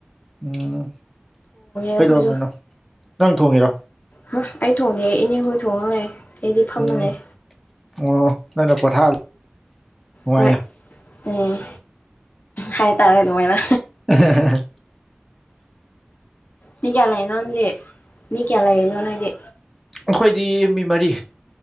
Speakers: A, in the centre; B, on the left (about 45°).
A: ꯎꯝ ꯀꯩꯗꯧꯔꯝꯃꯤꯅꯣ
B: ꯑꯩꯈꯣꯏꯁꯨ
A: ꯅꯪ ꯊꯣꯡꯉꯤꯔꯣ
B: ꯍꯥ ꯑꯩ ꯊꯣꯡꯗꯦ ꯏꯅꯦꯍꯣꯏ ꯊꯣꯡꯉ ꯂꯩ ꯑꯩꯗꯤ ꯐꯝꯃ
A: ꯎꯝ
B: ꯂꯩ
A: ꯑꯣ ꯅꯪꯅ ꯄꯣꯊꯥ ꯅꯨꯡꯉꯥꯏꯅ
B: ꯍꯣꯏ ꯎꯝ ꯍꯥꯏꯇꯥꯔꯦ ꯑꯗꯨꯃꯥꯏꯅ
A: <inaudible>
B: ꯃꯤꯀꯌꯥ ꯂꯩꯅꯣ ꯅꯪꯗꯤ ꯃꯤꯀꯌꯥ ꯂꯩꯔꯤꯅꯣ ꯅꯣꯏꯗꯤ
A: ꯑꯈꯣꯏꯗꯤ ꯃꯤ ꯃꯔꯤ